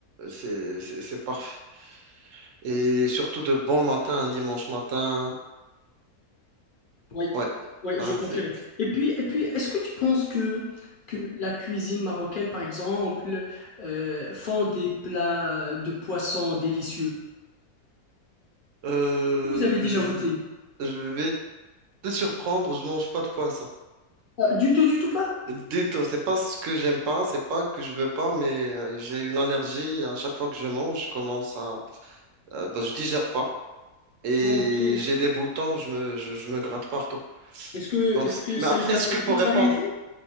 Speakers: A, on the right (about 65°); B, on the left (about 50°).
A: C'est, c'est, c'est parfait. Et surtout de bon matin, un dimanche matin.
B: Oui,
A: Ouais,
B: oui,
A: ça
B: je confirme.
A: c'est.
B: Et puis, et puis, est-ce que tu penses que, que la cuisine marocaine, par exemple, euh, font des plats de poissons délicieux?
A: Euh,
B: Vous avez déjà goûté?
A: je, je vais te surprendre, je mange pas de poisson.
B: Ah, du tout, du tout pas?
A: Du tout, c'est pas ce que j'aime pas, c'est pas que je veux pas, mais euh, j'ai une allergie. À chaque fois que je mange, je commence à, euh, ben, je digère pas et
B: Ah, ok.
A: j'ai des boutons, je me, je, je me gratte partout.
B: Est-ce que,
A: Donc,
B: est-ce
A: ce
B: que
A: qui-
B: c'est
A: mais après,
B: le cas
A: ce
B: pour
A: que pour
B: toute
A: répondre,
B: variété?